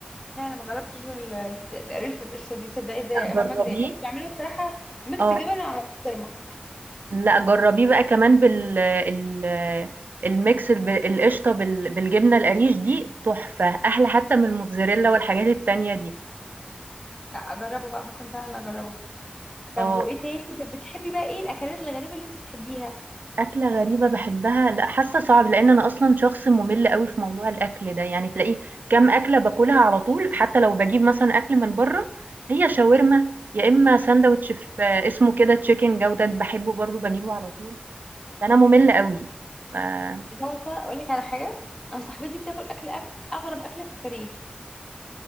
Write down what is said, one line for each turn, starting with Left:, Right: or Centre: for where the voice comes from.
Left: لا انا ما جربتش ال- ال- القريش بالقشطة دي صدقي زي
Right: لأ
Left: امال
Right: جربيه
Left: مجدي يعني كنت بعمله بصراحة ميكس
Right: آه،
Left: جبن على بسطرمة
Right: لأ جربيه بقى كمان بال ال الميكس الب القشطة بال بالجبنة القريش دي تحفة، أحلى حتى من الموتزاريلا والحاجات التانية دي.
Left: لا اجربه بقى ممكن فعلا اجربه طب
Right: آه.
Left: وايه تاني طب بتحبي بقى ايه الاكلات الغريبة اللي انت بتحبيها
Right: أكلة غريبة باحبها لأ، حاسة صعب، لإن أنا أصلًا شخص مُمِل أوي في موضوع الأكل ده، يعني تلاقيه كام أكلة باكلها على طول، حتى لو باجيب مثلًا أكل من برّه، هي شاورما يا إما ساندوتش في اسمه كده chicken جودة باحبه برضه باجيبه على طول، فأنا مُمِل أوي، ف إمم،
Left: انت عارفة اقول لك على حاجة انا صاحبتي بتاكل اكل أك... اغرب اكلة في التاريخ